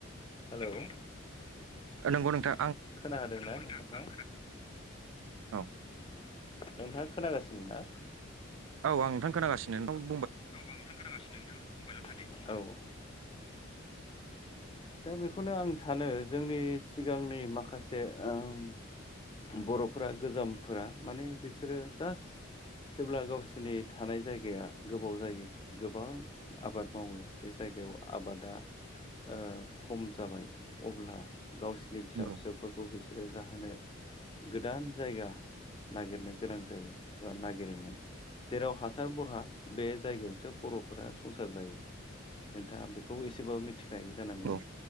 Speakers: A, on the left; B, on the right.
A: हेलौ
B: नोंगौ नोंथा।
A: खोना दोंना नोंथां
B: औ
A: नोंथाङा खोनागासिनो ना?
B: औ आं नोंथां खोनासिनो <unintelligible>
A: औ आं नोंथां खोनागासिनो नोंथां बुबायल' था दे औ दा बेखौनो आं सानो जोंनि सिगांनि माखासे ओम बर'फोरा गोजामफोरा माने बिसोरो जास जेब्ला गावसिनि थानाय जायगाया गोबाव जायो गोबां आबाद मावो बे जायगायाव आबादा ओ खम जाबाय अब्ला गावसोरनिनि फिसा
B: नंगौ
A: फिसौफोरखौ बिसोरो जाहोनो बे गोदान जायगा नागिरनो गोनां जायो। नागिरोमोन जेराव हासार बरहा बे जायगायावसो बर'फोरा संसार जायो नोंथाङा बेखौ एसेबाबो मिथिखौ जाय जानांगौ
B: नंगौ